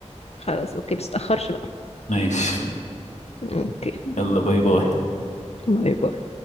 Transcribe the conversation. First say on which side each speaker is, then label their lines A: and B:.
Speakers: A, on the left; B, on the left.
A: خلاص اوكي بس تأخرش بقى
B: ماشي
A: اوكي
B: يلا باي باي
A: باي باي